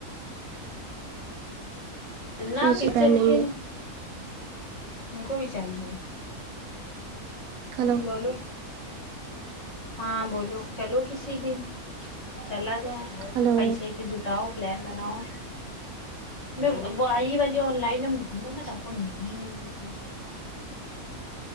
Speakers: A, on the left (about 45°); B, on the right (about 75°).
A: پنا
B: سوچ
A: کچل
B: پہنیں
A: کے
B: گے
A: ان کو بھی چاہیے
B: ہلو
A: بولو ہاں بولو چلو کسی دن چلا ج
B: ہلو
A: پیسے سے جٹاؤ پل بناؤ میں وہ آئی والی آن لائن ڈھونڈ ت ہم کو مل ہی نہیں رہ تھی